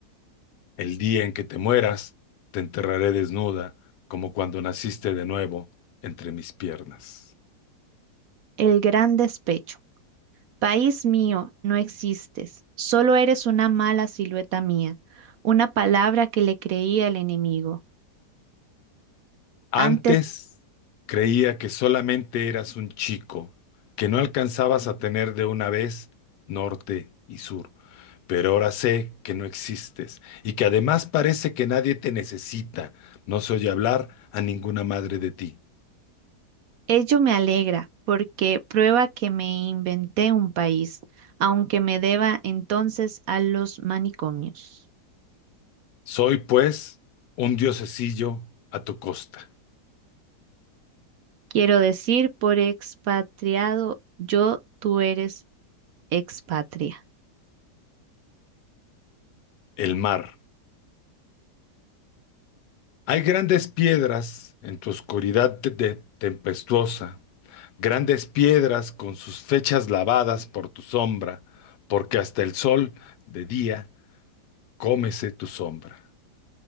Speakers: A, on the left; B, on the right.
A: El día en que te mueras, te enterraré desnuda, como cuando naciste de nuevo entre mis piernas.
B: El gran despecho. País mío, no existes, solo eres una mala silueta mía, una palabra que le creía al enemigo.
A: Antes
B: Antes
A: creía que solamente eras un chico, que no alcanzabas a tener de una vez norte y sur, pero ahora sé que no existes y que además parece que nadie te necesita. No se oye hablar a ninguna madre de ti.
B: Ello me alegra porque prueba que me inventé un país, aunque me deba entonces a los manicomios.
A: Soy, pues, un diosecillo a tu costa,
B: Quiero decir, por expatriado, yo tú eres expatria.
A: el mar. Hay grandes piedras en tu oscuridad te- te- tempestuosa, grandes piedras con sus fechas lavadas por tu sombra, porque hasta el sol de día cómese tu sombra.